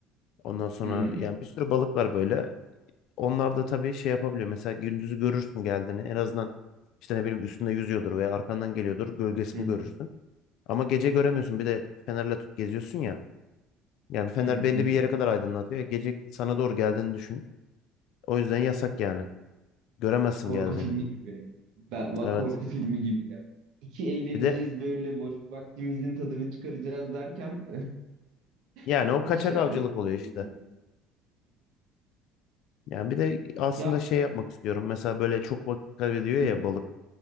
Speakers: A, on the left (about 65°); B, on the right (about 70°).
A: Ondan sonra
B: hı
A: yani bir sürü balık var böyle. Onlar da tabii şey yapabiliyor. Mesela gündüzü görürsün geldiğini. En azından işte ne bileyim üstünde yüzüyordur veya arkandan geliyordur. Gölgesini
B: hı
A: görürsün. Ama gece göremiyorsun. Bir de fenerle tut geziyorsun ya. Yani fener
B: hı hı hı.
A: belli
B: hı
A: bir
B: hı.
A: yere kadar aydınlatıyor. Gece sana doğru geldiğini düşün. O yüzden yasak yani. Göremezsin
B: Korku
A: geldiğini.
B: filmi gibi. Ben, bak
A: Evet.
B: korku filmi gibi. ya. İki eğleneceğiz
A: Bir de
B: böyle boş vaktimizin tadını çıkaracağız derken
A: yani
B: <laughs>
A: o kaçak
B: hiç şey
A: avcılık
B: yapmaya gerek
A: oluyor işte.
B: yok sanırım.
A: Yani bir de aslında
B: Ya
A: şey yapmak istiyorum. Mesela böyle çok vakit kaybediyor
B: hı
A: ya balık.